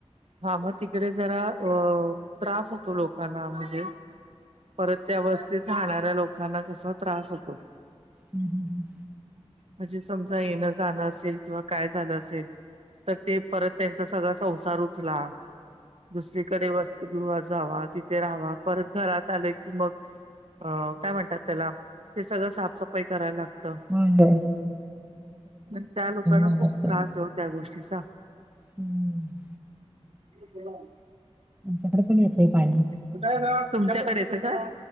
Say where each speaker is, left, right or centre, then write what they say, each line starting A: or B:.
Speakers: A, on the right (about 70°); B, on the right (about 15°).
A: हा मग तिकडे जरा अ त्रास होतो लोकांना म्हणजे परत त्यावस्थेत राहणाऱ्या लोकांना कसा त्रास होतो.
B: हम् हम हम
A: म्हणजे समजा येणं जाणं असेल किंवा काय झालं असेल. तर ते परत त्यांचा सगळा संसार उचला दुसरीकडे वसतीिगृहात जावा तिथे राहावा परत घरात लं की मग अ काय म्हणतात त्याला ते सगळं साफसफाई कराय लागत.
B: बय बरय.
A: मण त्या लोकांना
B: राहिलं
A: खूप
B: असतं
A: त्रास हो त्या गोष्टीचा
B: हम्म
A: हो
B: कपडे पणेे पायणे.
A: कुठ तुमच्याकडे येत का?